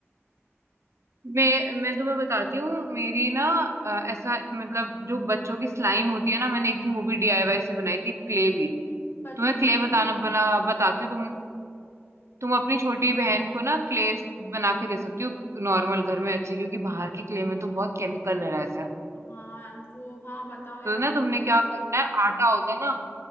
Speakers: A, on the right (about 75°); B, on the left (about 50°).
A: मैं मैं तुम्हें बताती हूँ मेरी ना अ, ऐसा मतलब जो बच्चों की स्लाइम होती है ना मैंने एक दिन वो भी डीआईवाई से बनाई थी क्ले भी
B: बच्चों
A: तुम्हें
B: के
A: क्ले
B: क्या
A: बताना
B: बन-
A: बना बताती हूँ तुम तुम अपनी छोटी बहन को ना क्ले बना के दे सकती हो नॉर्मल घर में अच्छी क्योंकि बाहर की क्ले में तो बहुत केमिकल रहता है
B: हाँ वो हाँ बताओ यार
A: तो ना तुमने क्या करना है आटा होता है ना